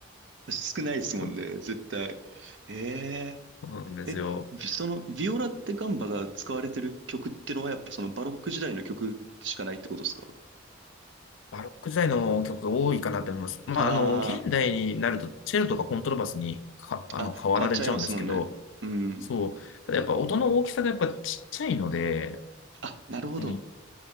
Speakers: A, on the right (about 65°); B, on the left (about 70°).
A: 少ないっすもんね、
B: <laughs>
A: 絶対。ええ
B: そうなんですよ。
A: え、ビその、ビオラでガンバが使われてる曲ってのは、やっぱそのバロック時代の曲しかないってことですか
B: バロック時代の曲が多いかなと思います。まあ、
A: あ
B: あの、現代になると、チェロとかコントラバスにか、あの、
A: あー、あ、
B: 変わられちゃうんですけど、
A: 変わっちゃいますもんね。うん。
B: そう。ただやっぱ音の大きさがやっぱちっちゃいので、
A: あ、なるほど。
B: うん。